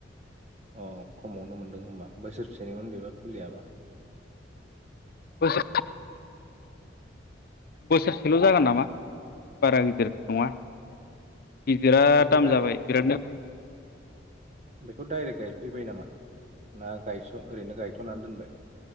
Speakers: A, on the right; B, on the left.
A: अ खमावनो मोनदों होमबा बोसोरसेनिमोन बेबा फुलियाबा
B: से बोसोरसेल जागोन नामा बारा गिदिर नङा। गिदिरा
A: बेखौ
B: दाम
A: दाय
B: जाबाय बिरादनो
A: बेखौ डाइरेक्ट गायफैबाय नामा ना गायसन ओरैनो गायथनानै दोनबाय